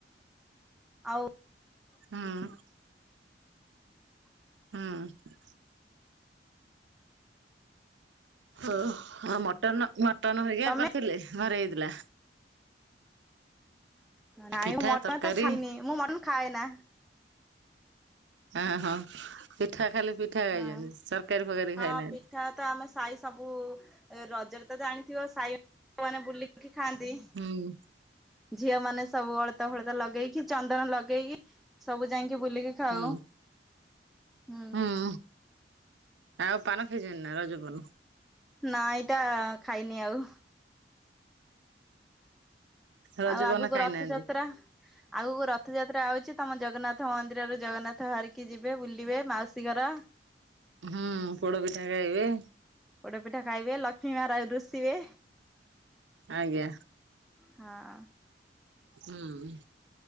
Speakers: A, in the centre; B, on the right (about 90°).
A: ଆଉ
B: ହୁଁ ଉଁ। ହୁଁ ଉଁ। ଓଉ ମଟନ ମଟନ ହେରିକା
A: ତମେ
B: କରିଥିଲେ ଘରେ ହେଇଥିଲା।
A: ନାଇଁ
B: ପିଠା
A: ମୁଁ ମଟନ
B: ତରକାରୀ
A: ତ ଖାଇନି ମୁଁ ମନ କୁ ଖାଏନା।
B: ଆ ହଁ ପିଠା ଖାଇଲେ ପିଠା ଖାଇଛନ୍ତି
A: ହଁ।
B: ତରକାରୀ ଫରକାରୀ
A: ହଁ
B: ଖାଇନାହାନ୍ତି?
A: ପିଠା ତ ଆମେ ସାହି ସବୁ ରଜରେ ତ ଜାଣିଥିବ ସାଇମାନେ ବୁଲିକିରି କି ଖାଆନ୍ତି।
B: ହୁଁ ଉଁ।
A: ଝିଅ ମାନେ ସବୁ ଅଳତା ଫଳତା ଲଗେଇକି ଚନ୍ଦନ ଲଗେଇକି ସବୁ ଯାଇକି ବୁଲିକି ଖାଉ
B: ହୁଁ।
A: ହୁଁ।
B: ହୁଁ ଆଉ ପାନ ଖାଇଛନ୍ତି ନା ରଜ ପାନ?
A: ନା ଏଇଟା ଖାଇନି ଆଉ।
B: ରଜପାନ
A: ଆଉ ଆଗକୁ
B: ଖାଇନାହାନ୍ତି?
A: ରଥଯାତ୍ରା। ଆଗକୁ ରଥଯାତ୍ରା ଆଉଛି ତମ ଜଗନ୍ନାଥ ମନ୍ଦିରରେ ଜଗନ୍ନାଥ ଧରିକି ଯିବେ ବୁଲିବେ ମାଉସୀ ଘର
B: ହୁଁ ପୋଡ ପିଠା ଖାଇବେ
A: ପୋଡ ପିଠା ଖାଇବେ ଲକ୍ଷ୍ମୀ ମହାରାଜ ଋଷିବେ
B: ଆଜ୍ଞା
A: ହଁ
B: ହୁଁ।